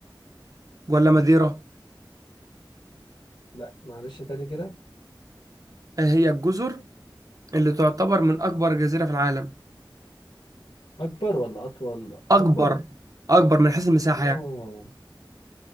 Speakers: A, on the right; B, on the left.
A: ولا ماديرا؟
B: لا معلش تاني كده
A: إيه هي الجزر اللي تعتبر من أكبر جزيرة في العالم؟
B: أكبر ولا أطول
A: اكبر
B: أكبر
A: اكبر من حيث المساحه
B: آه
A: يعني